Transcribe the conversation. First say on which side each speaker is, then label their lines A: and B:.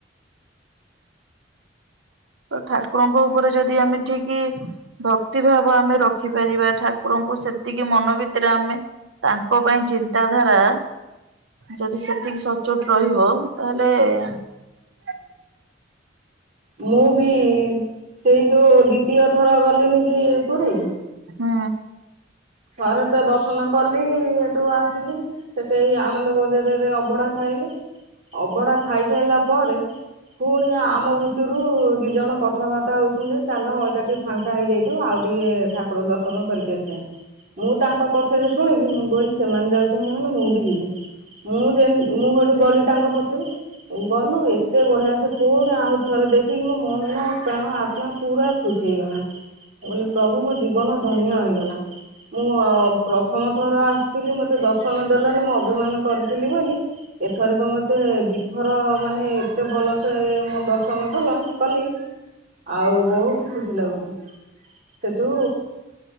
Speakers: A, on the right (about 80°); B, on the right (about 40°).
A: ତ ଠାକୁରଙ୍କ ଉପରେ ଯଦି ଆମେ ଠିକି ଭକ୍ତି ଭାବ ଆମେ ରଖିପାରିବା ଠାକୁରଙ୍କୁ ସେତିକି ମନ ଭିତରେ ଆମେ ତାଙ୍କ ପାଇଁ ଚିନ୍ତାଧାରା ଯଦି ସେତିକି ସଚୋଟ ରହିବ ତାହେଲେ ହ
B: ମୁଁ ବି ସେଇ ଯଉ ଦ୍ଵିତୀୟ ଥର ଗଲିନି କି ପୁରୀ
A: ହୁଁ।
B: ଥରେ ତ ଦର୍ଶନ କଲି ହେଠୁ ଆସିଲି। ସେଠି ଆନନ୍ଦ ବଜାରରେ ଅବଢା ଖାଇଲୁ ଅବଢା ଖାଇସାରିଲା ପରେ ପୁଣି ଆମ ଭିତରୁ ଦି ଜଣ କଥାବାର୍ତ୍ତା ହଉଚନ୍ତି ଚାଲ ଏକାଠି ଫାଙ୍କା ହେଇଯାଇଥିବ ଆଉ ଟିକେ ଠାକୁର ଦର୍ଶନ କରିକି ଆସିବା। ମୁଁ ତାଙ୍କ ପଛରେ ଶୁଣିକି ମୁଁ କହିଲି ସେମାନେ ଯାଉଛନ୍ତି ମାନେ ମୁଁ ବି ଯିବି। ମୁଁ ଯେ ମୁଁ ହେଠୁ ଗଲି ତାଙ୍କ ପଛରେ ଗଲୁ ଏତେ ବଢିଆ ସେ ପୁଣି ଆହୁରି ଥରେ ଦେଖିକି ମୋ ମନ ପ୍ରାଣ ଆତ୍ମା ପୁରା ଖୁସି ହେଇଗଲା ମୁଁ କହିଲି ପ୍ରଭୁ ମୋ ଜୀବନ ଧନ୍ୟ ହୋଇଗଲା। ମୁଁ ପ୍ରଥମ ଥର ଆସିଥିଲି ମତେ ଦର୍ଶନ ଦେଲନି ମୁଁ ଅଭିମାନ କରିଥିଲି ବୋଲି ଏଥରକ ମତେ ଦିଇଥର ମାନେ ଏତେ ଭଲସେ ଦର୍ଶନ କଲ କଲି ଆଉ ବହୁତ ଖୁସି ଲାଗୁଚି ସେଠୁ